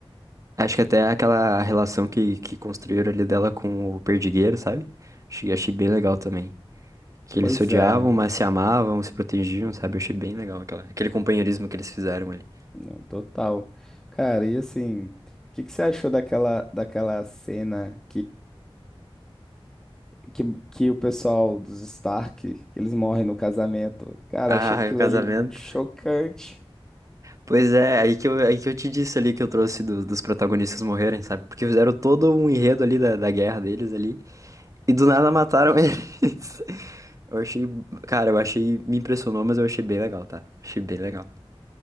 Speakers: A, on the right (about 35°); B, in the centre.
A: Acho que até aquela relação que, que construíram ali dela com o perdigueiro, sabe? Achei, achei bem legal também. Que
B: Pois
A: eles se odiavam,
B: é,
A: mas se amavam, se protegiam, sabe? Eu achei bem legal aquela, aquele companheirismo que eles fizeram ali.
B: não, total. Cara, e assim, o que que você achou daquela daquela cena que, que o pessoal dos Stark, eles morrem no casamento. Cara,
A: Ah,
B: achei aquilo
A: e o casamento.
B: ali chocante.
A: Pois é, aí que eu, aí que eu te disse ali que eu trouxe do- dos protagonistas morrerem, sabe? Porque fizeram todo um enredo ali da, da guerra deles ali, e do nada mataram <laughs> eles. Eu achei, cara, eu achei, me impressionou, mas eu achei bem legal, tá? Achei bem legal.